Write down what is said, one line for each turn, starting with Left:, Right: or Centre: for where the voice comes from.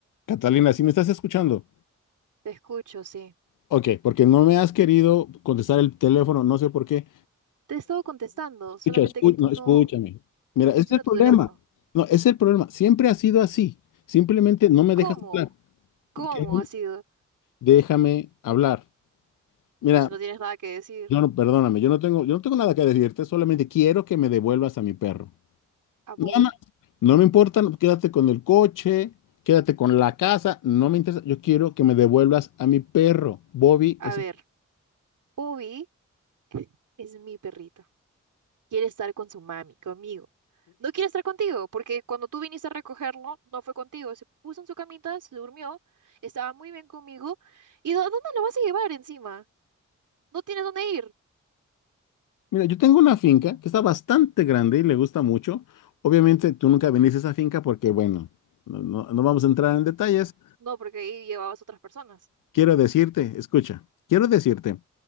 Left: Catalina, si me estás escuchando?
Right: Te escucho, sí.
Left: Ok, porque no me has querido contestar el teléfono, no sé por qué.
Right: Te he estado contestando, solamente
Left: Escucha, escu-
Right: que tú
Left: no, escúchame.
Right: no,
Left: Mira,
Right: no funciona
Left: ese es el problema.
Right: tu teléfono.
Left: No, ese es el problema. Siempre ha sido así. Simplemente no me
Right: ¿Cómo?
Left: dejas hablar.
Right: ¿Cómo
Left: Kevin,
Right: ha sido?
Left: déjame hablar. Mira,
Right: Pero si no tienes nada que decir
Left: yo no, perdóname, yo no tengo, yo no tengo nada que decirte, solamente quiero que me devuelvas a mi perro.
Right: a Bobby,
Left: Nada más. No me importa, no, quédate con el coche, quédate con la casa, no me interesa. Yo quiero que me devuelvas a mi perro. Bobby
Right: a
Left: es.
Right: ver, Bobby es mi perrito. Quiere estar con su mami, conmigo. No quiere estar contigo, porque cuando tú viniste a recogerlo, no fue contigo. Se puso en su camita, se durmió, estaba muy bien conmigo. ¿Y dó- dónde lo vas a llevar encima? ¿No tienes dónde ir?
Left: Mira, yo tengo una finca que está bastante grande y le gusta mucho. Obviamente tú nunca viniste a esa finca porque, bueno, no, no- no vamos a entrar en detalles.
Right: No, porque ahí llevabas otras personas.
Left: Quiero decirte, escucha, quiero decirte,